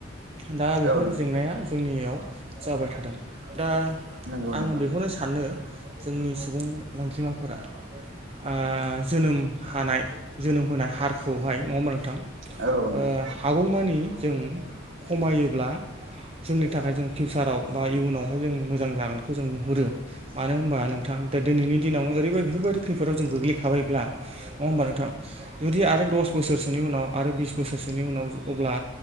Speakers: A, on the right; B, on the right.
A: दा बेफोर
B: औ नोंथां
A: जेंनाया जोंनियाव जाबाय थादों। दा
B: नंगौ
A: आं
B: नोंथां
A: बेखौनो सानो जोंनि सुबुं अनजिमाफोरा ओ जोनोम हानाय जोनोम होनाय हारखौहाय नङा होमबा नोंथां?
B: औ नोंथां
A: ओ हागौमानि जों खमायोब्ला जोंनि थाखाय जों फिउचाराव बा इयुनावहाय जों मोजां जागोनखौ जों नुहुरो मानो होनोमबा नोंथां ।दा दिनैनि दिनाव ओरैदि बेफोरबायदि खैफोदाव जों गोग्लैखाबायब्ला नङा होमबा नोंथां जुदि आरो दस बोसोरसोनि उनाव आरो बिस बोसोरसोनि उनाव अब्ला